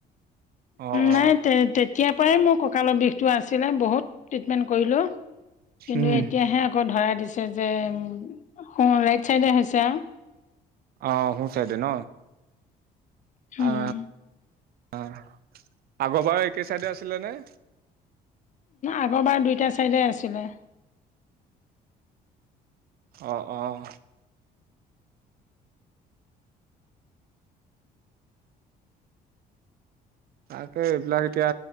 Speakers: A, on the right; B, on the left.
A: অ অ
B: নাই তে তেতিয়াৰ পৰাই মোৰ কঁকালৰ বিষটো আছিলে বহুত ট্ৰিটমেন্ট কৰিলোঁ। কিন্তু
A: উম
B: এতিয়াহে আকৌ ধৰা দিছে যে অঁ ৰাইট চাইডে হৈছে আৰু।
A: অ শু চাইদে ন।
B: উম।
A: অ অ আগৰ বাৰু একেই চাইডে আছিলে নে?
B: আগৰ বাৰ দুইটা চাইডে আছিলে।
A: অঁ অঁ তাকে এইবিলাক এতিয়া।